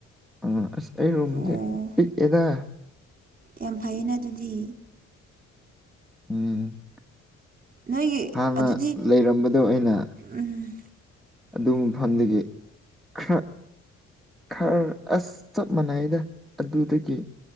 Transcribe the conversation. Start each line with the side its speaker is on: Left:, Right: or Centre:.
Centre: ꯑꯥ ꯑꯁ ꯑꯩ ꯔꯨꯝꯁꯦ
Right: ꯑꯣ
Centre: ꯄꯤꯛꯑꯦꯗ
Right: ꯌꯥꯝ ꯐꯩꯌꯦꯅ ꯑꯗꯨꯗꯤ
Centre: ꯎꯝ
Right: ꯅꯣꯏꯒꯤ
Centre: ꯍꯥꯟꯅ
Right: ꯑꯗꯨꯗꯤ
Centre: ꯂꯩꯔꯝꯕꯗꯣ ꯑꯩꯅ
Right: ꯎꯝ
Centre: ꯑꯗꯨ ꯃꯐꯝꯗꯒꯤ ꯈꯔ ꯈꯔ ꯑꯁ ꯆꯞ ꯃꯥꯟꯅꯩꯗ ꯑꯗꯨꯗꯒꯤ